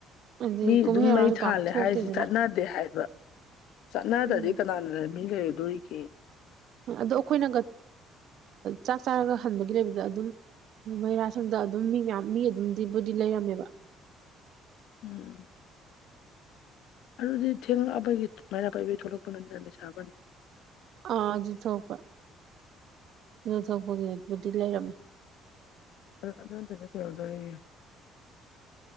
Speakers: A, on the right; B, on the left.
A: ꯑꯗꯩ
B: ꯃꯤ
A: ꯀꯨꯝꯍꯩ
B: ꯑꯗꯨꯝ
A: ꯍꯔꯥꯎꯁꯨ
B: ꯃꯩ ꯊꯥꯜꯂꯦ
A: ꯄꯥꯛ ꯊꯣꯛꯇꯦꯗꯅ
B: ꯍꯥꯏꯔꯤꯁꯤ ꯆꯠꯅ ꯗꯦ ꯍꯥꯏꯕ ꯆꯠꯅꯗ꯭ꯔꯗꯤ
A: ꯎꯝ
B: ꯀꯅꯥꯅ ꯃꯤ ꯂꯩꯔꯨꯗꯣꯔꯤꯒꯦ
A: ꯑꯗꯣ ꯑꯩꯈꯣꯏꯅꯒ ꯆꯥꯛ ꯆꯥꯔꯒ ꯍꯟꯕꯒꯤ ꯂꯩꯕꯗ ꯑꯗꯨꯝ ꯃꯩꯔꯥ ꯁꯪꯗ ꯑꯗꯨꯝ ꯃꯤ ꯃꯌꯥꯝ ꯃꯤ ꯑꯗꯨꯝꯗꯤꯕꯨꯗꯤ ꯂꯩꯔꯝꯃꯦꯕ
B: ꯎꯝ ꯎꯝ ꯑꯗꯨꯗꯤ ꯊꯦꯡꯡꯂꯛꯑꯄꯒꯤ ꯃꯩꯔꯥ ꯄꯥꯏꯕꯤ ꯊꯣꯛꯂꯛꯄ ꯅꯗꯅ ꯁꯥꯕꯅꯤ
A: ꯑꯥ ꯑꯗꯨ ꯊꯣꯛꯄ ꯑꯗꯨ ꯊꯣꯛꯄꯒꯤꯕꯨꯗꯤ ꯂꯩꯔꯝꯃꯦ
B: ꯑꯗꯨ ꯑꯗꯨꯗꯨꯅ ꯀꯩꯔꯗꯣꯔꯤꯅꯦ <inaudible>